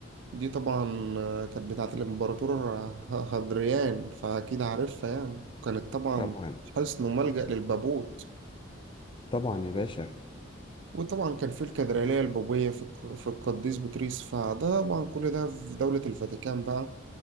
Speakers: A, on the right (about 65°); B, on the left (about 25°).
A: دي طبعا آه، كانت بتاعة الإمبراطور آه، هادريان فأكيد عارفها يعني كانت طبعا
B: طبعا
A: حصن وملجأ للبابوت
B: طبعا يا باشا
A: وطبعا كان في الكاتدرائية البوبية في الق- في القديس بطريس فده طبعا كل ده في دولة الفاتيكان بقى